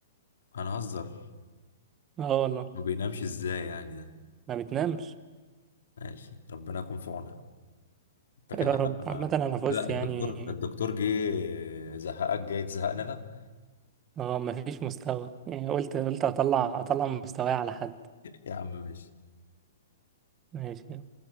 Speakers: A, on the left; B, on the right.
A: هنهزر
B: اه والله
A: ما بينامش ازاي يعني ده
B: ما بتنامش
A: ماشي ربنا يكون في عونها انت
B: <laughs> يا
A: كده
B: رب عامة أنا فزت
A: لا
B: يعني
A: الدكتور الدكتور جه زهقك جاي تزهقنا انا
B: اه مفيش مستوى يعني قلت قلت اطلع اطلع مستواي على حد
A: يا عم ماشي
B: ماشي